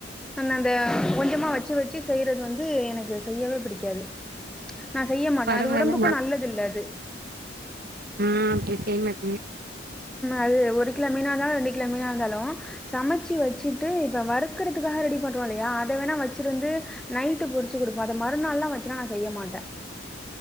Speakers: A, in the centre; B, on the right.
A: ந அந்த கொஞ்சமா வச்சு வச்சு செய்றது வந்து எனக்கு செய்யவே பிடிக்காது நா செய்ய மாட்ட
B: பரவால்ல
A: அது உடம்புக்கு நல்லது இல்ல அது
B: ம் அப்டி செய்ய மாட்டீங்க
A: அது ஒரு கிலோ மீனா இருந்தாலு ரெண்டு கிலோ மீனா இருந்தாலு சமச்சு வச்சுட்டு இப்ப வறுக்கறதுக்காக ரெடி பண்றோ இல்லையா அத வேனா வச்சுருந்து நைட்டு பொறிச்சு குடுப்ப அத மறுநாள்லா வச்சுலா நா செய்ய மாட்ட